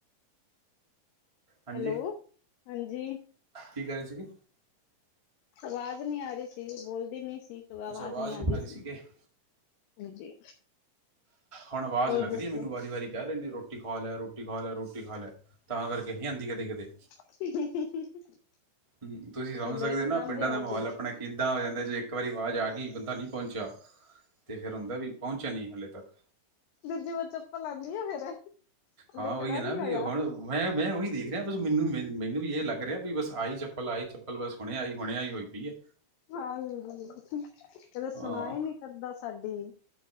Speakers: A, on the right (about 15°); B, on the left (about 80°).
A: ਹਾਂਜੀ
B: ਹੈਲੋ, ਹਾਂਜੀ।
A: ਕੀ ਕਹਿ ਰਹੇ ਸੀਗੇ?
B: ਆਵਾਜ਼ ਨਹੀਂ ਆ ਰਹੀ ਸੀ, ਬੋਲਦੀ ਨੀ ਸੀ ਆਵਾਜ਼
A: ਅੱਛਾ
B: ਨਹੀਂ ਆਉਂਦੀ
A: ਆ ਰਹੀ
B: ਸੀ।
A: ਸੀਗੇ
B: ਹਾਂਜੀ।
A: ਹੁਣ ਆਵਾਜ਼
B: ਹੋਰ
A: ਲੱਗਣੀ
B: ਦੱਸੋ
A: ਮੈਨੂੰ, ਵਾਰੀ-ਵਾਰੀ ਕਹਿ ਰਿਹੇ ਨੇ ਰੋਟੀ ਖਾ ਲੈ-ਰੋਟੀ ਖਾ ਲੈ, ਰੋਟੀ ਖਾ ਲੈ। ਤਾਂ ਕਰਕੇ, ਨਈ ਹੀ ਆਦੀ ਕਦੇ- ਕਦੇ।
B: <inaudible>
A: ਹੂੰ ਤੁਸੀਂ ਸਮਝ
B: ਲੇਟ
A: ਸਕਦੇ ਹੋ ਨਾ,
B: ਕਰਾਉਂਦੇ
A: ਪਿੰਡਾਂ
B: ਹੋਗੇ
A: ਦਾ ਮਾਹੌਲ ਆਪਣਾ ਕਿੱਦਾਂ ਹੋ ਜਾਂਦਾ ਏ, ਜੇ ਇੱਕ ਵਾਰੀ ਆਵਾਜ਼ ਆ ਗਈ ਬੰਦਾ ਨਹੀਂ, ਪਹੁੰਚਿਆ। ਤੇ ਫੇਰ ਹੁੰਦਾ ਵੀ, ਪਹੁੰਚਿਆ ਨੀ ਹਲੇ ਤੱਕ।
B: ਦੂਜੀੇ ਵਾਰੀ, ਚੱਪਲ ਆਂਦੀ ਆ ਫੇਰ, ਹਲੇ
A: ਹਾਂ
B: ਖੜਾ
A: ਉਹੀ ਹੈ ਨਾ
B: ਨੀ
A: ਵੀ
B: ਹੋਇਆ
A: ਹੁਣ ਹੋਏ ਮੈਂ ਉਹੀ ਦੇਖ ਰਿਹਾ ਬਸ, ਮੈਨੂੰ - ਮੈਨੂੰ ਵੀ ਇਹ ਲੱਗ ਰਿਹਾ ਵੀ ਬਸ, ਆਈ ਚੱਪਲ ਆਈ ਚ ਪਲ ਬਸ, ਹੁਣੇ ਆਈ -ਹੁਣੇ ਆਈ ਹੋਈ ਪਈ ਹੈ।
B: ਹਾਂ ਨ ਜੀ ਕਦੇ
A: ਹਾਂ-ਹਾਂ
B: ਸਣਾਈ ਨਈ ਕਰਦਾ ਸਾਡੀ,